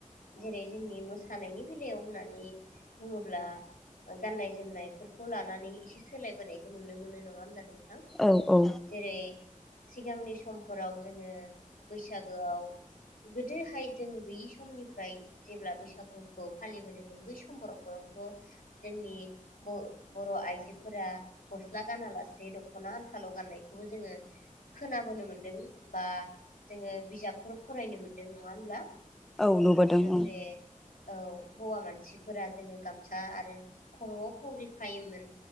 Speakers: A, on the left (about 85°); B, in the centre.
A: जेरै जोंनि मोसानायनि बेलायाव होननानै बुङोब्ला गाननाय जोमनायफोरखौ लानानै एसे सोलायबोनायखौ नुनो मोनो नङा होमब्ला नु थां
B: औ औ
A: जेरै सिगांनि समफोराव जोङो बैसागोआव गोदोहाय जों गैयि समनिफ्राय जेब्ला बैसागुखौ फालिबोदोंमोन बै सम बरफोरावथ जोंनि ब बर' आइजो फोरा गस्ला गानालासे दख'ना आनथाल' गाननाय खौबो जोङो खोनाबोनो मोनदों बा जोङो बिजाबफोर फरायनो मोनदों नङा होमब्ला
B: औ नुबोदों
A: लोगोसे
B: ओं
A: औ हौवा मानसिफोरा जोङो गामसा आरो खर'आव फावरि खायोमोन